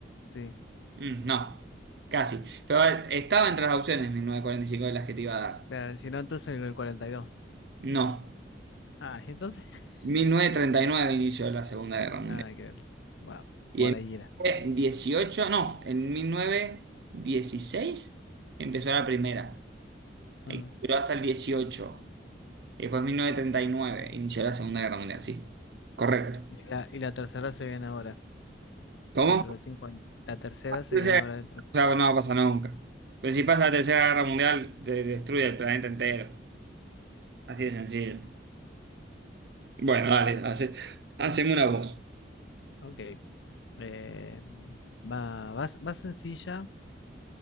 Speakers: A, on the left; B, on the right.
A: sí.
B: Mm, no, casi. Pero a ver, estaba entre las opciones 1945 de las que te iba a dar.
A: Claro, si no, entonces en el cuarenta y dos
B: No,
A: Ah, ¿y entonces, <laughs>
B: 1939 inició la Segunda Guerra Mundial.
A: nada que ver. Guau,
B: Y
A: por ahí era.
B: en 18, no, en mil novecientos dieciséis empezó la primera.
A: Mm.
B: Y Duró hasta el dieciocho Y después 1939 inició la Segunda Guerra Mundial, sí. Correcto.
A: Y la, y la tercera se viene ahora,
B: ¿Cómo?
A: dentro de cinco años. La tercera se
B: Tercera-
A: viene ahora dentro de...
B: O sea, no va a pasar nunca. Pero si pasa la Tercera Guerra Mundial, te destruye el planeta entero. Así de sencillo. Bueno, dale, hace, haceme una voz.
A: Ok. Eh, va, va, va sencilla.